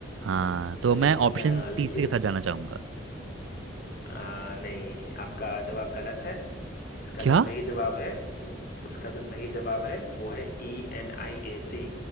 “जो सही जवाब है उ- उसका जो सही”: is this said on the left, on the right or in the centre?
Left